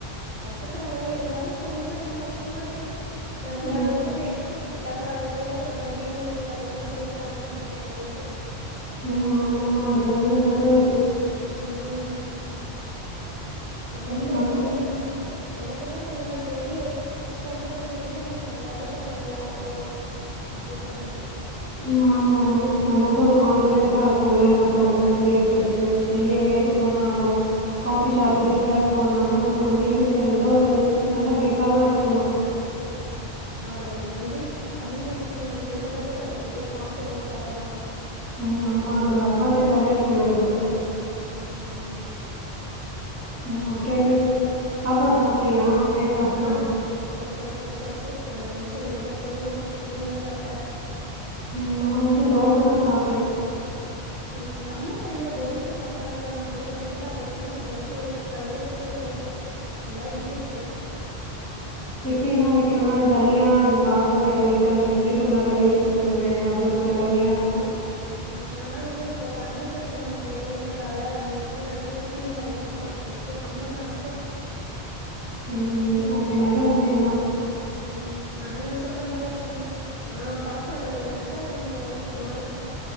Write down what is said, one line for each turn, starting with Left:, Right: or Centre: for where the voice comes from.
Right: கத்துக்கறாங்க இருந்தாலு கொஞ்சொ எனக்கு கஷ்டமா இருக்கு நம்மள
Left: ம்
Right: வந்து
Left: ஆமா.
Right: நெக்ஸ்ட்டு லெவல் அவங்க போம்போது நம்ம டிமோட்டிவேட் அவிங்களு சேந்து பண்ண ஆரம்பிச்சிரு வாங்களோன்ட்டு
Left: ம் ஆமா ஆமா அந்த பயோ எனக்கு இருக்கு
Right: உம் எனக்கு
Left: ம் நம்ம
Right: என்ன தோணு எனக்கு என்ன தோணுதுன்னா டெய்லி ஒரு கொஞ்ச கொஞ்ச இம்ப்ரூவ்மெண்ட் வந்தாலே கொஞ்ச நல்லா இருக்கு அப்டி தோணுது
Left: ம் ஆமா ஆமா நமக்கு ஒரு கான்ஃபிடென்டா இருக்கும்ல மத்தவங்க முன்னாடி பேசுறதுக்கு வெளிய
Right: உம்
Left: எங்கையாச்சு போனுனால காபி ஷாப்
Right: ஆமா
Left: ரெஸ்டாரண்ட் போனனால நமக்கு வந்து இங்கிலீஷ் தெரிஞ்சா ஒரு நல்ல கெத்தாதா இருக்
Right: ஆ நா ஒரு இங்கிலீஷ் கம்யூனிகேஷன் ஸ்கில் நமக்கு இருக்கிறது வந்து ஒரு பெரிய கான்ஃபிடன்ஸ் லெவல் தா
Left: ம் ஆமா அது ஒரு அட்வான்டேஜாவே இருக்கூ நம்மளுக்கு
Right: ம்
Left: ம் அப்றோ என்ன சாப்பாடு சாப்பிட்டியா பிரேக்பாஸ்ட்ல்லா
Right: ஆ பிரேக்ஃபாஸ்ட் முடிச்சாச்சு நா லன்ச் இனிமேல்தா செய்யணு நீ என்ன சாப்ட்ட
Left: ம் நா வந்து தோச தா சாப்ட்ட
Right: ம் சம்மர் டைம்ல தோச சாப்ட்டா எனக்குல்லா நெறைய தண்ணி தாகோ எடுத்து நா தோச கல்லயே வைக்கிறதுல இப்போ புல்லா இட்லிக்கு போயிட்ட
Left: இட்லி எல்லா வைக்கணும்னா அது தனியா அது பாத்திர கழுவிட்டு அந்த இட்லி குண்டா கழுவிட்டு இருக் இன்னுமே அது ஒரு தலைவலியா இருக்கு
Right: ம் ஆனா வந்து இப்ப தண்ணி சத் து நமக்கு வேணும்ன்றதால மோஸ்ட்லி நாங்க ஸ்டீம்டு ஐட்டம்ஸ் தா இப்ப இந்த சம்மர்ல மட்டு
Left: ம் ஓகே நல்ல விஷயந்தா
Right: ம் ஆனா நீ சொல்ற மாரி ஆ பாத்திர கழுவுறத நெனச்சா கொஞ்ச பயமா இருக்கு